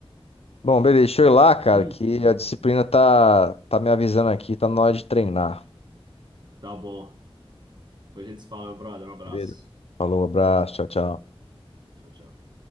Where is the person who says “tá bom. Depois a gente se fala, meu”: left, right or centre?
Right